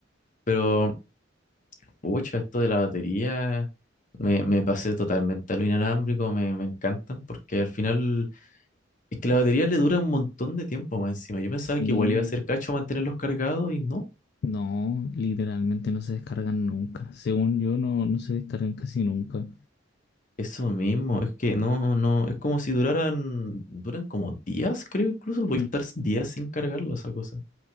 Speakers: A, on the left; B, on the left.
A: Pero, pucha, esto de la batería, me, me pasé totalmente a lo inalámbrico, me, me encantan porque al final... Es que la batería le dura un montón de tiempo más encima. Yo pensaba
B: Sí,
A: que igual iba a ser cacho mantenerlos cargados y no.
B: no, literalmente no se descargan nunca. Según yo, no, no se descargan casi nunca.
A: Eso mismo, es que no, no, es como si duraran, duran como días, creo incluso, voy
B: Mm.
A: a estar días sin cargarlo esa cosa.